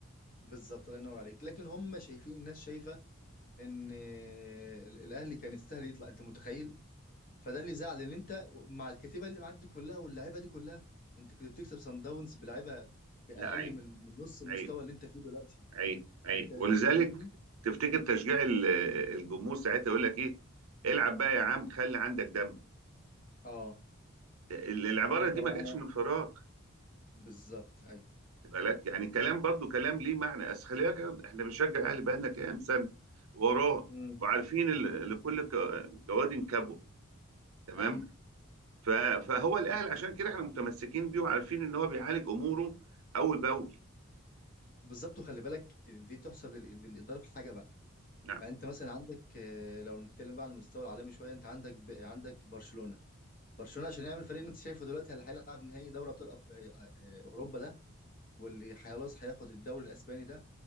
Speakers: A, on the left; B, on the right.
A: بالظبط الله ينور عليك لكن هم شايفين الناس شايفه ان ال- الاهلي كان يستاهل يطلع انت متخيل فده اللي زعل ان انت مع الكتيبه اللي معاك دي كلها واللعيبه دي كلها انت كنت بتكسب سان داونز بلعيبه باقل
B: لا عيب
A: من من نص المستوى
B: عيب
A: اللي انت فيه دلوقتي
B: عيب عيب
A: انت ز-
B: ولذلك
A: فاهمني
B: تفتكر تشجيع ال- الجمهور ساعتها يقول لك ايه العب بقى يا عم خلي عندك دم
A: اه
B: ال- العباره
A: انت
B: دي
A: بقى
B: ما جاتش
A: انا
B: من فراغ
A: بالظبط ايوه
B: خد بالك يعني كلام برضو كلام ليه معنى بس خلي بالك احنا بنشجع الاهلي بقالنا كام سنه وراه
A: امم
B: وعارفين ال- لكل ك- جواد كبوه تمام
A: ايوه
B: ف- فهو الاهل عشان كده احنا متمسكين بيه وعارفين ان هو بيعالج اموره اول باول
A: بالظبط وخلي بالك دي تحسب لل- للاداره في حاجه بقى
B: نعم
A: يعني انت مثلا عندك آه، لو نتكلم بقى على المستوى العالمي شويه انت عندك ب... عندك برشلونه برشلونه عشان يعمل فريق اللي انت شايفه دلوقتي اللي هيلعب نهائي دوري ابطال أف... آه، آه، آه، اوروبا ده واللي خلاص هياخد الدوري الاسباني ده